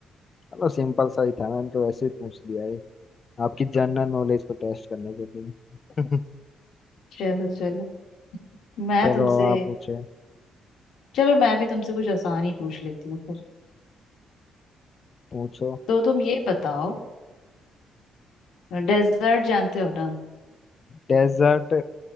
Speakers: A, on the left; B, on the left.
A: चलो सिंपल सा ही था मैंने तो वैसे ही पूछ लिया आपकी जनरल नॉलेज को टेस्ट करने के लिए <laughs>
B: चलो चलो मैं
A: चलो
B: तुमसे
A: आप पूछे
B: चलो मैं भी तुमसे कुछ आसान ही पूछ लेती हूँ फिर
A: पूछो
B: तो तुम ये बताओ डेजर्ट जानते हो ना
A: डेजर्ट